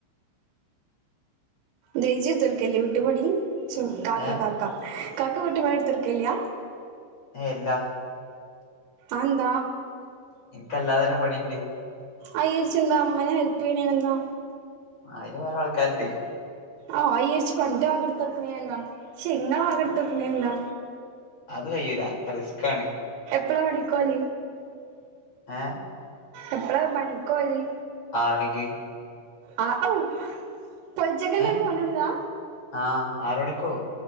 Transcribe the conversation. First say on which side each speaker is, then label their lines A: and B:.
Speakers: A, on the right; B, on the left.
A: ജജി ദൊർക്കല്ലി വിട്ടുപടി കാാക്ക
B: ഏ
A: കാാക്ക കക്ക വട്ട് വള എടുത്ത്രുക്ക ഇല്ലയാ
B: ഏല്ലാ
A: അതെന്താ
B: നിനക്ക്ല്ലാതെ തന്നെ പണിയുണ്ട്
A: അയചരിച്ച എന്താ അമ്മനെ ഹെൽപ് ചെയ്യണേന് എന്താ
B: അതിന് വേറെ ആൾക്കാരുണ്ട്
A: ആഹ ഇരിച്ച പണ്ട് അകെടുത്തടുക്കണ എന്താ ശെങ്ങ ആകെടുത്തടുക്കണ
B: അ-
A: എന്താ
B: അത് കയൂരാ റിസ്ക്ാണ്
A: എപ്പള പണിക്ക് പോവൽ
B: ഏ
A: എപ്പളാ പണിക്കോലി
B: ആറു മണിക്ക്
A: ആ ഓ പോയി ചെക്കനോട്
B: ഏ
A: പോന്നിടുതാ
B: ആ ആറ് മണിക്കോ